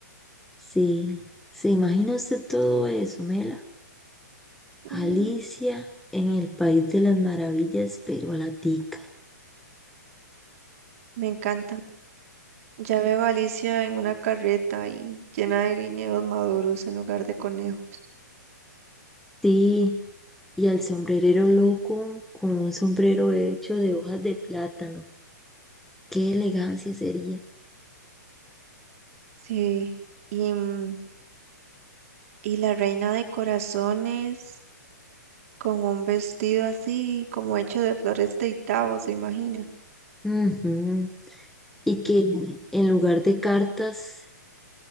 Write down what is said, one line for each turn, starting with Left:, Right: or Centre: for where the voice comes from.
Centre: Sí, ¿se imagina usted todo eso, Mela? Alicia
Right: Mm,
Centre: en el país de las maravillas, pero a la tica.
Right: me encanta. Ya veo a Alicia en una carreta y llena de guineos maduros en lugar de conejos.
Centre: Sí, y al sombrerero loco con un sombrero hecho de hojas de plátano. ¡Qué elegancia sería!
Right: Sí. Y, mm, y la reina de corazones con un vestido así como hecho de flores de Itabo, ¿se imagina?
Centre: Ujú. Y que en lugar de cartas,